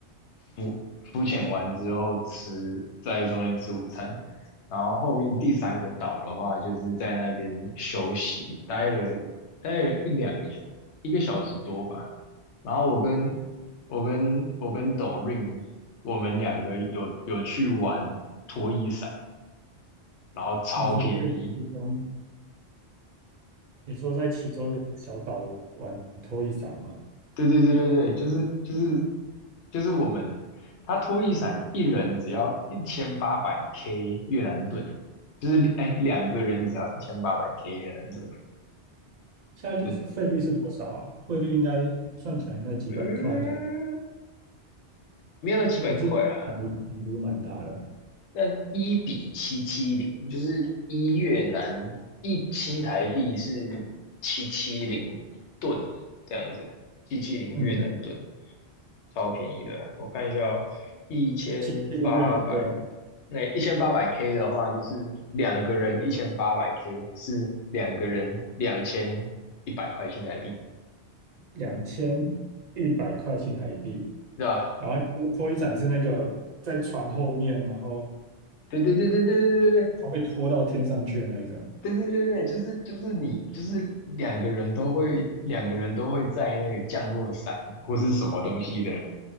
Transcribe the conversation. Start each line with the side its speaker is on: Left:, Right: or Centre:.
Left: 浮浮潜完之后吃在中间吃午餐，然后后面第三个岛的话就是在那边休息，待了待了一两个小一个小时多吧，然后我跟我跟我跟抖 r i n 我们两个有有去玩拖衣伞，然后超便宜。
Right: 你说在其中。你说在其中一个小岛的玩拖一伞吗？
Left: 对对对对对，就是就是就是我们，他拖一伞一人只要一千八百 K 越南盾，就是哎两个人只要一千八百 K 越南盾，
Right: 现在费率是多少啊？
Left: 我
Right: 汇率应该算起来应该几百块台，
Left: 嗯，没有到几百块啦，
Right: 我记得涨幅涨幅蛮大的。
Left: 那一比七七零，就是一越南一新台币是七七零盾这样子，七七零越南盾，
Right: 嗯，
Left: 超便宜的。我看一下哦，一千八百，
Right: 其实的越南盾
Left: 那一千八百 K 的话，就是两个人一千八百 K 是两个人两千一百块新台币，
Right: 两千一百块新台币，
Left: 对吧？
Right: 然后拖一伞是那个在船后面，然后然
Left: 对对对对对对对对，
Right: 后被拖到天上去的那一种。
Left: 对对对对，就是就是你就是两个人都会两个人都会在那个降落伞或是什么东西的